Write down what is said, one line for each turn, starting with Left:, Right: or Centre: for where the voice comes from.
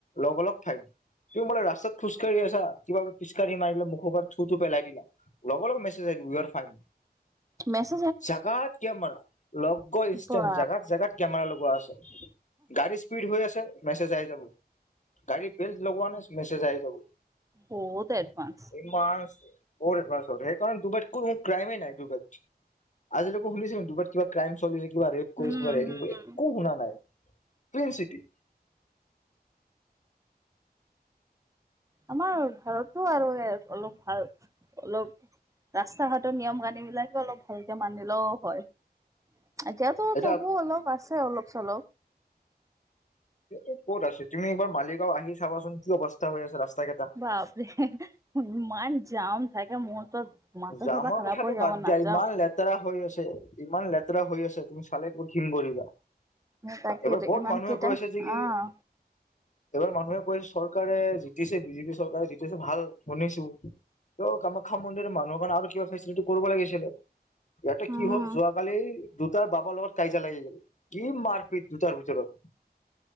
Left: লগৰ লগ ফাইন ত বোলে ৰাস্তাত খোজকাঢ়ি আছা কিবা খোজকাঢ়ি মাৰিলে মুখৰ পৰা চুটো পেলাই দিলা লগৰ লগ মেছেজ আহ উ আৰ ফাইন।
Right: মেচ -
Left: জোগাত কেমেৰা লগ ইনষ্টেণ্ট
Right: বা
Left: জোগাত জোগাত কেমেৰা লগোৱা আছে। গাড়ী স্পীড হৈ আছে মেছেজ আহি যাব। গাড়ী বেল লগোৱা নাই মেছেজ আহি যাব,
Right: বহুত এডভান্স।
Left: ইমান বহুত এডভান্স হল সেই কাৰণ ডুবাইত কোনো ক্ৰাইমে নাই ডুবাইত। আজিলৈক শুনিছে দুবাৰ কিবা ক্ৰাইম চলি কিবা ৰেপ কৰিছে
Right: উম
Left: বা ৰেগিং
Right: হম
Left: কৰিছে একো শুনা নাই। Clean city.
Right: আমাৰ ঘাৰতো আৰু অলপ ভাল অলপ ৰাস্তা ঘাটৰ নিয়ম কানি বিলাকে অলপ ভালকে মানিলেও হয়। এতিয়াতো
Left: এতিয়া
Right: তবু অলপ আছে অলপ চলপ।
Left: এ ক'ত আছে তুমি এইবাৰ মালিগাঁও আহি চাবাচোন কি অৱস্থা হৈ আছে ৰাস্তা। কেইটা
Right: বাপৰে ইমান জাম। থাকে মোৰ তো মাথা
Left: জামৰ
Right: চাথা খাৰাপ
Left: কথাটো
Right: হৈ যাব
Left: বাদ
Right: নাযাও।
Left: দিয়া ইমান লেতেৰা হৈ আছে ইমান লেতেৰা হৈ আছে। তুমি চালে বহুত ঘিন কৰিবা
Right: তাকেইটো
Left: এইবাৰ বহুত
Right: ইমান
Left: মানুহে
Right: কেইটা
Left: কৈ আছে যে কি
Right: অহ
Left: এবাৰ মানুহে কৈ চৰকাৰ চৰকাৰে জিতিছে বিজেপি চৰকাৰে জিতিছে ভাল শুনিছো তেওঁ কাম শিক্ষা মন্দিৰ মানুহৰ কাৰণে আৰু কিবা ফেচিলিটি কৰিব লাগিছিলে ইয়াতে
Right: উম
Left: কি হ'ল যোৱাকালি দুটাৰ বাবাৰ লগত কাঁজা লাগি গাব কি মাৰপিট দুটাৰ ভিতৰত।